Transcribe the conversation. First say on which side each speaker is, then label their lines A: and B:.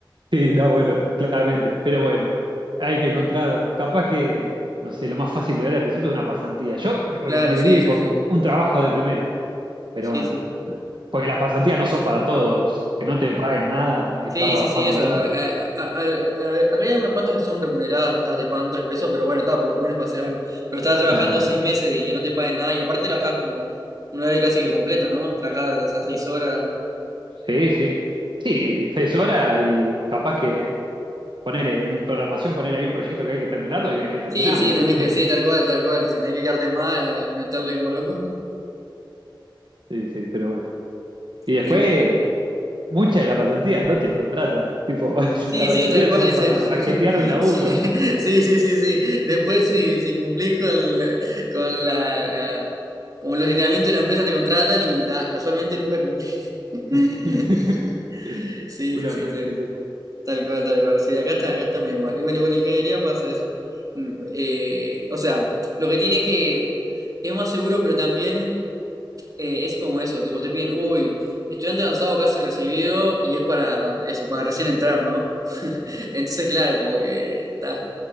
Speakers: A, on the right; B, on the right.
A: sí, no, bueno, claramente. Pero bueno, hay que encontrar, capaz que, no sé, lo más fácil de ver al principio es una pasantía. Yo recomendaría
B: Claro, sí,
A: ir
B: sí,
A: por
B: sí,
A: un trabajo de primera, pero
B: sí,
A: bueno,
B: sí.
A: porque las pasantías no son para todos, que no te paguen nada y
B: Sí,
A: estar trabajando
B: sí, sí, eso.
A: un.
B: a- a- a- a- a- acá hay unas cuantas que son remuneradas, ta, te pagan tres pesos, pero bueno, está, por lo menos para hacer algo. Pero estás trabajando
A: <laughs>
B: seis meses y que no te paguen nada, y aparte trabajas como un horario casi que completo, ¿no? Trabajas, o sea, seis horas.
A: Sí, sí. Sí, seis horas y capaz que ponerle en programación, poner ahí un proyecto que hay que terminarlo y hay que terminarlo.
B: Sí, sí, tenés
A: <laughs>
B: que, sí, tal cual, tal cual. Si tenés que quedarte más, eh, meterle como loco.
A: Sí, sí, pero bueno. Y después.
B: Y,
A: Muchas de las pasantías no te contratan, tipo, <laughs>
B: sí,
A: la mayoría
B: sí, tal cual,
A: son
B: dicen.
A: para raquetear
B: <laughs>
A: un laburo.
B: Sí, sí, sí, sí. sí. Después, si, si cumplís con, la- con la, la- como los lineamientos de la empresa, te contratan y da, casualmente nunca cumplís. <laughs>
A: <laughs>
B: Sí,
A: Una
B: sí, sí,
A: mentira.
B: sí. Tal cual, tal cual. Sí, acá está, acá está medio igual. Y bueno, con ingeniería pasa eso. Mm, eh, o sea, lo que tiene es que es más seguro, pero también. eh, es como eso, tipo te piden, uy, estudiante avanzado casi recibido y es para eso, para recién entrar, ¿no? Entonces, claro, como que ta-